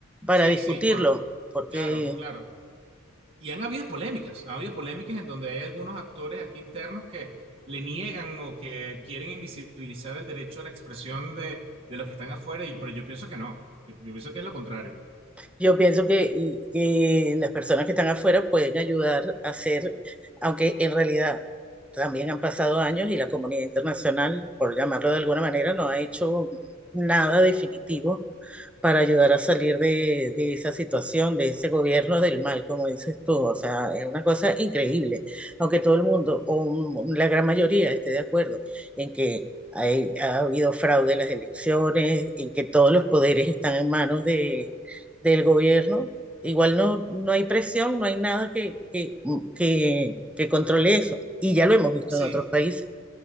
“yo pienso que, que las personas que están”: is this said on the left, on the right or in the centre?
Centre